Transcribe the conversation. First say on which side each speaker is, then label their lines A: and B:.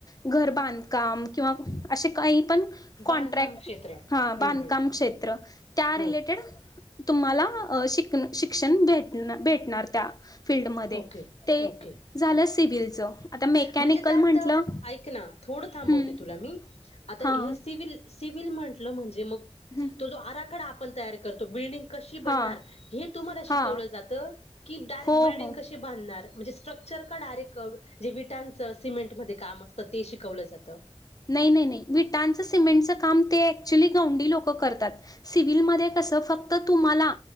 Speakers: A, on the left; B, on the left.
A: घर बांधकाम किंवा असे काही पण.
B: बांधकाम
A: कॉन्ट्रॅक्ट
B: क्षेत्र
A: हा
B: हं
A: बांधकाम
B: हं
A: क्षेत्र त्या
B: हं
A: रिलेटेड. तुम्हाला शिक शिक्षण भेट भेटणार त्या फीलल्डमध्ये
B: ओके
A: ते
B: ओके
A: झालं सिव्हिलचं. आता मेकॅनिकल
B: म्हणजे त्यात
A: म्हटलं
B: ऐक ना थोडं थांबवते
A: हं.
B: तुला मी आता
A: हां.
B: हे सिव्हल. सिव्हल म्हटलं म्हणजे मग
A: हं.
B: तो जो आराखडा आपण तयार करतो बिल्डिंग. बिल्डिंग कशी
A: हां.
B: बनणार हे तुम्हाला शिकवलं
A: हां.
B: जातं की डायरे
A: हो,
B: बिल्डंग
A: हो.
B: कशी बांधणार म्हणजे स्ट्रक्चर का डायरेक्ट जे विटांच सिमेंटमध्येध्ये काम असतं ते शिकवलं जातं.
A: नाही नाही नाही विटांच सिमेंट काम क्चुली गौंवंडी लोक करतात सिव्हलमध्ये. फक्त तुम्हाला